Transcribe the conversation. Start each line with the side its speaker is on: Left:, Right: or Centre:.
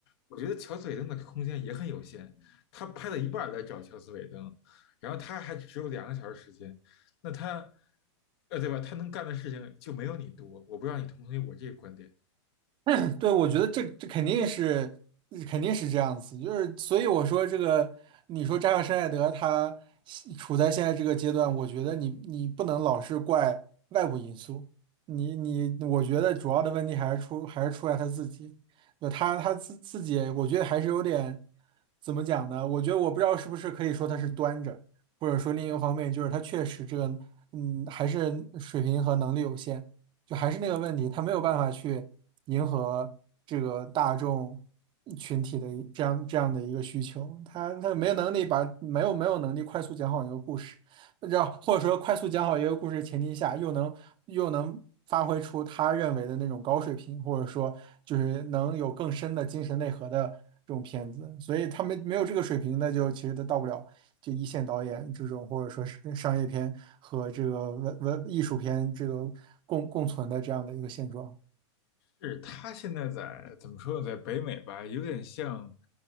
Left: 我觉得乔斯韦登的空间也很有限，他拍了一半来找乔斯韦登，然后他还只有两个小时时间，那他呃对吧？他能干的事情就没有你多，我不知道你同不同意我这个观点。
Right: <clears throat> 对，我觉得这这肯定是呃肯定是这样子，就是所以我说这个，你说扎克施耐德他现处在现在这个阶段，我觉得你你不能老是怪外部因素，你你我觉得主要的问题还是出还是出在他自己，那他他自自己，我觉得还是有点怎么讲呢？我觉得我不知道是不是可以说他是端着，或者说另一个方面就是他确实这个嗯还是水平和能力有限。就还是那个问题，他没有办法去。迎合这个大众群体的这样这样的一个需求，他他没有能力把没有没有能力快速讲好一个故事，让或者说快速讲好一个故事的前提下，又能又能发挥出他认为的那种高水平，或者说就是能有更深的精神内核的这种片子，所以他没没有这个水平，那就其实他到不了就一线导演这种，或者说是商业片和这个文文艺术片这个共共存的这样的一个现状。
Left: 是他现在在怎么说呢，在北美吧，有点像，